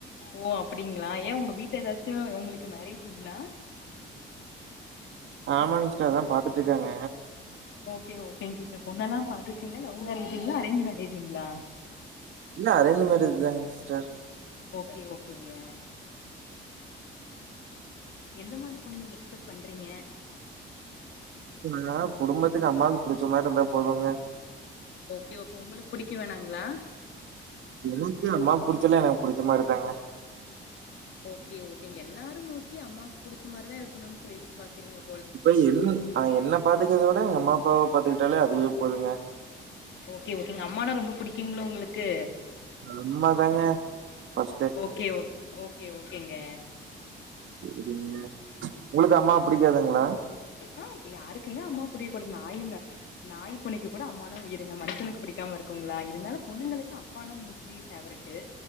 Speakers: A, on the left (about 70°); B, on the right (about 75°).
A: ஓ அப்டிங்களா ஏன் உங்க வீட்ல ஏதாச்சும் உங்களுக்கு மேரேஜ்ங்களா
B: ஆமாங் சிஸ்டர் அதான் பாத்துட்டு இருக்காங்க
A: ஓகே ஓகே சிஸ்டர் பொண்ணல்லாம் பாத்துச்சுங்களா லவ் மேரேஜ்ங்களா அரேஞ்ச் மேரேஜ்ங்களா
B: இல்ல அரேஞ்ச் மேரேஜ் தாங்க சிஸ்டர்
A: ஓகே ஓகேங்க எந்த மாரி பொண்ணு நீங்க எக்ஸ்பெக்ட் பண்றீங்க
B: நா குடும்பத்துக்கு அம்மாவுக்கு புடிச்ச மாரி இருந்தா போதுங்க
A: ஓகே ஓ அப்போ உங்களுக்கு புடிக்க வேணாங்களா
B: எனக்கு அம்மா புடிச்சலாம் எனக்கு புடிச்ச மாரி தாங்க
A: ஓகே ஒகேங்க எல்லாரு மோஸ்ட்லி அம்மாக்குபுடிச்ச மாரிதான் இருக்கன்னு சொல்லிட்டு எதிர் பாக்கறீங்க
B: இப்ப என் என்னை பாத்துக்கிறதை விட எங்க அம்மாப்பாவை பாத்துக்கிட்டாலே அதுவே போதுங்க
A: ஓகே ஓகேங்க அம்மானா ரொம்ப புடிக்குங்களோ உங்களுக்கு
B: உண்மாதாங்க ஃபர்ஸ்ட்
A: ஓகே ஓ ஓகே ஓகேங்க
B: சுரிங்க உங்களுக்கு அம்மா புடிக்காதுங்களா
A: ஆ யாருக்குங்க அம்மா புடியக்கூடாது நாயுங்க நாய் பூனைக் கூட அம்மானா உயிருங்க மனுஷனுக்கு புடிக்காம இருக்குங்களா இருந்தாலு பொண்ணுங்களுக்கு அப்பானா மு ஜி ஃபேவரட்